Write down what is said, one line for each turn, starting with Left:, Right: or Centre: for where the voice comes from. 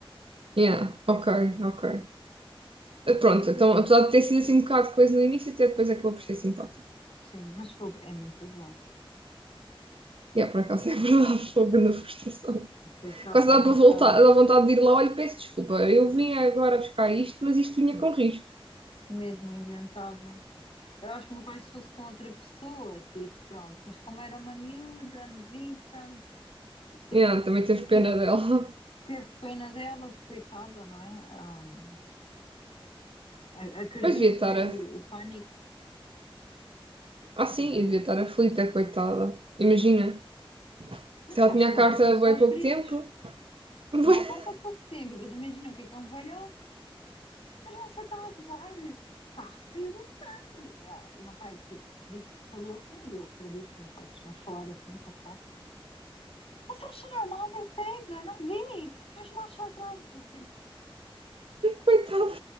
Right: Yeah, ok, ok.
Left: Ah,
Right: Eh, Pronto, então, apesar de ter sido assim um bocado de coisa no início, até depois acabou por ser simpático.
Left: Sim, mas fogo, é muito azar.
Right: Yeah, por acaso é verdade, <laughs> foi uma grande frustração.
Left: Aquele carro
Right: Quase
Left: está
Right: dá para
Left: um
Right: voltar,
Left: bocado
Right: dá vontade de ir lá, olha, peço desculpa, eu vim agora buscar isto, mas isto vinha com risco.
Left: mesmo inventável. Eu acho que o meu pai, se fosse com outra pessoa, tipo, pronto, mas como era uma miúda, novita, teve,
Right: Yeah, também teve pena
Left: te-
Right: dela. <laughs>
Left: teve pena dela, coitada, não é? Ahm, a- acredito,
Right: Pois devia estar
Left: né?
Right: a...
Left: O, o pânico.
Right: Ah, sim,
Left: né? Eu-
Right: devia estar aflita, coitada. Imagina.
Left: não,
Right: Se
Left: porque
Right: ela
Left: acho
Right: tinha
Left: que
Right: a
Left: o meu
Right: carta
Left: pai começou
Right: há bem
Left: aos
Right: pouco
Left: gritos.
Right: tempo, <laughs>
Left: Tinha a carta há pouco tempo, e depois imagina o que é que é um velhote, mas você está a gozar, o carro saiu do stand. Ah, e o meu pai, tipo, disse que falou assim, e eu acredito, o meu pai costuma falar assim, passado. Você achou normal ter cega? Não vi. Faz marcha atrás. E tipo,
Right: coitada,